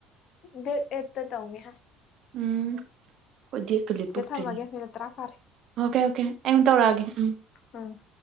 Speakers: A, on the left; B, on the right.
A: ꯗꯦꯠ ꯑꯩꯠꯇ ꯇꯧꯅꯤ ꯍꯥꯏ꯫
B: ꯎꯝ ꯑꯩꯈꯣꯏ ꯗꯦꯠꯀ ꯂꯦꯞꯄꯛꯇ꯭ꯔꯤꯅꯦ
A: ꯆꯦ ꯊꯝꯃꯒꯦ ꯃꯤꯅꯤꯠ ꯇꯔꯥ ꯐꯥꯔꯦ
B: ꯑꯣꯀꯦ ꯑꯣꯀꯦ ꯑꯩ ꯑꯃꯨꯛ ꯇꯧꯔꯛꯑꯒꯦ ꯎꯝ
A: ꯎꯝ